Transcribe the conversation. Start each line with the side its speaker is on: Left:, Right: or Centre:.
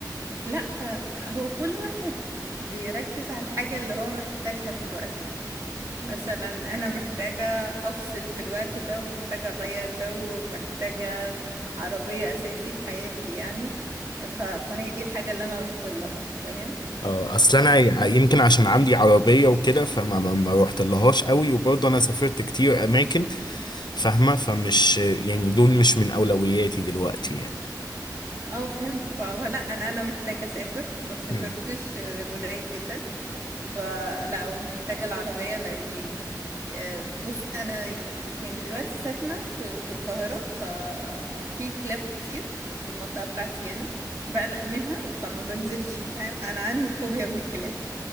Right: لا هو كل واحد بيركز على الحاجة اللي هو محتاجها في الوقت ده مثلا أنا محتاجة أفصل في الوقت ده ومحتاجة أغير جو ومحتاجة عربية أساسي في حياتي يعني ف... فهي دي الحاجة اللي أنا رحت لها فاهم
Left: اه اصل
Right: فكل
Left: انا ع- يمكن عشان عندي عربيه وكده فما ما ما روحت لهاش قوي وبرضه انا سافرت كتير اماكن فاهمه فمش يعني دول مش من اولوياتي دلوقتي يعني
Right: اه فهمت فلا أنا أنا محتاجة أسافر ما سافرتش
Left: مم.
Right: غير قليل جدا فلا ومحتاجة العربية لأني آه، بص أنا يعني يعني دلوقتي ساكنة في, في القاهرة ففي كلاب كتير في المنطقة بتاعتي يعني بقلق منها فما بنزلش فاهم أنا عندي فوبيا من الكلاب